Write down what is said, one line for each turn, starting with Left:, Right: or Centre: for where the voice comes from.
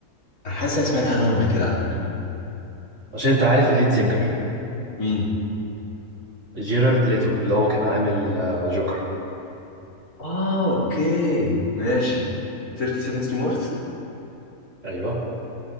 Left: انا حاسس أنا سمعت عنهم قبل كده على فكره
Right: عشان انت عارف الليد سينجر
Left: مين
Right: جيرارد ليتو اللي هو كان عامل آه، جوكر
Left: اه اوكي ماشي 30 seconds to Mars
Right: ايوه